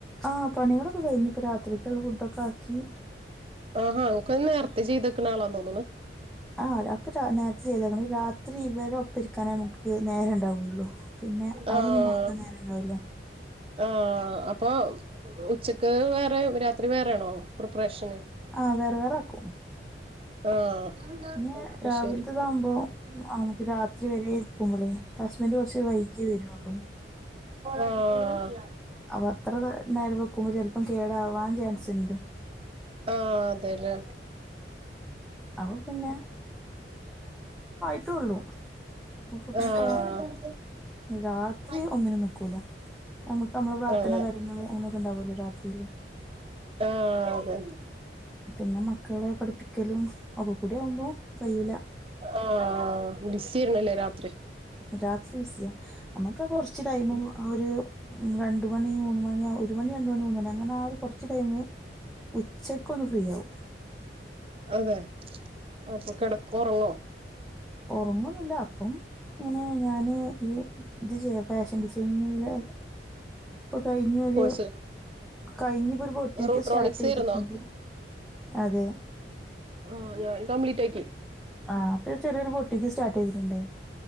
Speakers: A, in the centre; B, on the right.
A: ആ പണികളൊക്കെ കഴിഞ്ഞു ഇപ്പോൾ രാത്രിക്കക്കുള്ള ഫുഡൊക്കെ ആക്കി
B: ആഹ് ഒക്കെ നേരത്തെ ചെയ്തക്കണ ആളാ തോന്നന്ന്
A: ആഹ് ഒക്കെ നേരത്തെ ചെയ്തക്കണ ഈ രാത്രി ഇവരെ ഒപ്പ ഇരിക്കാന ഇൻക്ക് നേരണ്ടാവുള്ളു പിന്നെ
B: ആഹ്
A: അതൊന്നും നോക്കാൻ നേരണ്ടാവൂല്ല
B: ആഹ് അപ്പൊ ഉച്ചക്ക് വേറെ രാത്രി വേറെ ആണോ പ്രിപ്പറേഷന്
A: ആഹ് വേറെ വേറെ വെക്കും
B: ആഹ്
A: പിന്നെ
B: അത്
A: രാവിലത്തെതാകുമ്പോം
B: ശരി
A: നമുക്ക് രാത്രി വരെ ഇരിക്കുമ്പളെ ഹസ്ബന്റ് കുറച്ച് വൈകിയെ വരുള്ളൂ
B: ആഹ്
A: അപ്പൊ അത്ര നേരം വെക്കുമ്പോ ചിലപ്പം കേടാവാൻ ചാൻസ് ഉണ്ട്
B: ആഹ് അതെ ലേ
A: അപ്പൊ പിന്നെ അത്രൊള്ളൂ അപ്പൊ <unintelligible>
B: ആഹ്
A: രാത്രി
B: അതെ
A: ഒന്നിനും നിക്കൂല നമുക്ക് നമ്മള പ്രാർത്ഥന
B: ആഹ്
A: കാര്യങ്ങള് അങ്ങനൊക്കെ ഉണ്ടാവോലോ രാത്രിയില്
B: ആഹ് അതെ
A: പിന്നെ മക്കളെ പഠിപ്പിക്കലും ഒക്കകൂടി ആകുമ്പോം കഴൂല
B: ആഹ് ബിസി ആണല്ലേ രാത്രി
A: രാത്രി ബിസിയാ നമക്ക് കോറച്ച് ടൈമ് ഇപ്പൊ ആഹ് ഒരു രണ്ട് മണി മൂന്ന് മണി ഒരു മണി രണ്ട് മണി മൂന്ന് മണി അങ്ങനെ ആ ഒരു കോറച്ച് ടൈമ് ഉച്ചക്കൊന്ന് ഫ്രീയാവും
B: അതെ അപ്പൊ കെടക്കോ ഉറങ്ങോ
A: ഒറങ്ങൊന്നില്ല അപ്പം ഇങ്ങനെ ഞാന് ഈ ഇത് ചെയ്യ ഫാഷൻ ഡിസൈനിങ്ങില് ഇപ്പൊ കഴിഞ്ഞൊരു
B: കോഴ്സ്
A: കഴിഞ് ഇപ്പോ ഒരു ബൊട്ടിഖ്
B: റൂട്രോണിക്സ്
A: സ്റ്റാർട്ട് ചെയ്തിട്ടുണ്ട്
B: ആയിരുന്നോ
A: അതെ
B: ആഹ് ഞാനും കംപ്ലീറ്റ് ആക്കി
A: ആഹ് അപ്പ ചെറിയൊരു ബൊട്ടിക്ക് സ്റ്റാർട്ട് ചെയ്തിട്ടുണ്ട്